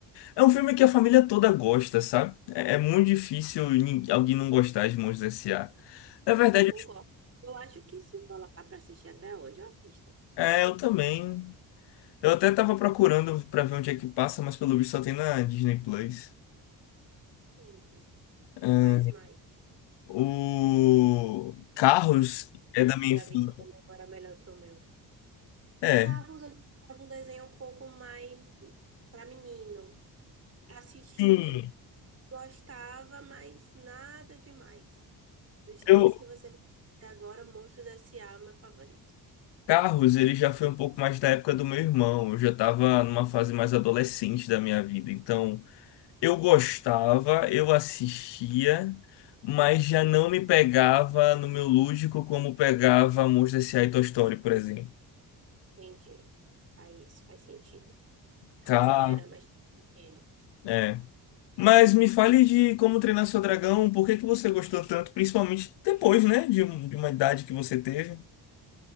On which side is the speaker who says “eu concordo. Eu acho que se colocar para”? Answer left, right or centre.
Right